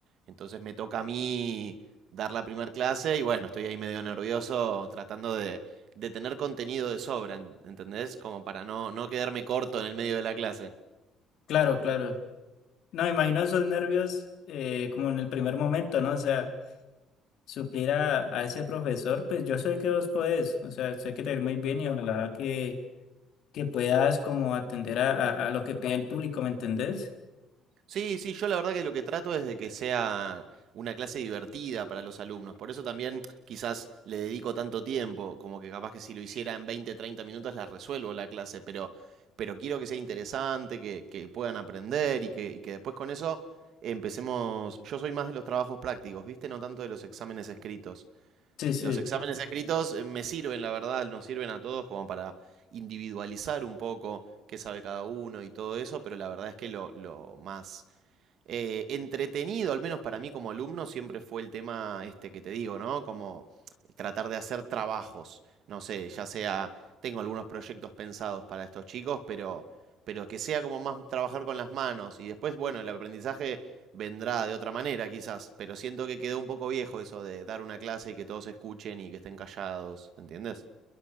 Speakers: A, on the right; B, on the left.
A: Entonces me toca a mí dar la primera clase y bueno, estoy ahí medio nervioso tratando de, de tener contenido de sobra, ¿entendés? Como para no, no quedarme corto en el medio de la clase.
B: Claro, claro. No, me imagino esos nervios eh, como en el primer momento, ¿no? O sea, suplir a, a ese profesor, pues yo sé que vos podés, o sea, sé que te va a ir muy bien y ojalá que, que puedas como atender a, a a lo que pide el público, ¿me entendés?
A: Sí, sí, yo la verdad que lo que trato es de que sea una clase divertida para los alumnos. Por eso también quizás le dedico tanto tiempo, como que capaz que si lo hiciera en 20, 30 minutos la resuelvo la clase, pero, pero quiero que sea interesante, que, que puedan aprender y que, y que después con eso empecemos. Yo soy más de los trabajos prácticos, ¿viste? No tanto de los exámenes escritos.
B: Sí, sí.
A: Los exámenes escritos eh, me sirven, la verdad, nos sirven a todos como para individualizar un poco qué sabe cada uno y todo eso, pero la verdad es que lo, lo más eh, entretenido, al menos para mí como alumno, siempre fue el tema este que te digo, ¿no? Como tratar de hacer trabajos, no sé, ya sea, tengo algunos proyectos pensados para estos chicos, pero, pero que sea como más trabajar con las manos y después, bueno, el aprendizaje vendrá de otra manera quizás, pero siento que quedó un poco viejo eso de dar una clase y que todos escuchen y que estén callados, ¿entiendes?